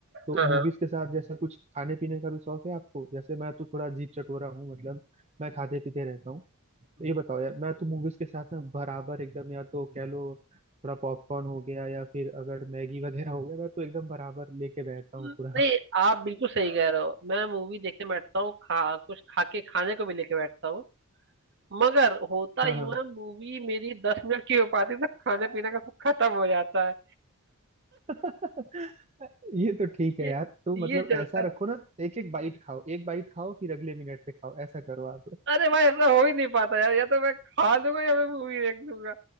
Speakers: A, on the right; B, on the right.
A: तो
B: हाँ हाँ
A: मूवीज के साथ जैसे कुछ खाने पीने का भी शौक है आपको जैसे मैं तो थोड़ा अजीब चटोरा हूँ मतलब मैं खाते पीते रहता हूँ तो ये बताओ यार मैं तो मूवीज के साथ ना बराबर एकदम या तो कह लो थोड़ा पॉपकॉर्न हो गया या फिर अगर मैगी वगैरह हो गया मैं तो एकदम बराबर लेके बैठता
B: हम्म,
A: हूँ पूरा
B: नहीं आप बिल्कुल सही कह रहे हो मैं मूवी देखने बैठता हूँ खा कुछ खा के खाने को भी लेके बैठता हूँ मगर होता
A: हाँ
B: यूं
A: हाँ
B: है मूवी मेरी दस मिनट की हो पाती है तो खाना पीना का सब खत्म हो जाता है
A: <laughs> ये तो ठीक है
B: ये
A: यार तो
B: ये
A: मतलब
B: चलता
A: ऐसा
B: है
A: रखो ना एक एक बाइट खाओ एक बाइट खाओ फिर अगले मिनट पे खाओ ऐसा करो आप
B: अरे भाई ऐसा हो ही नहीं पाता यार या तो मैं खा लूंगा या मैं मूवी देख लूंगा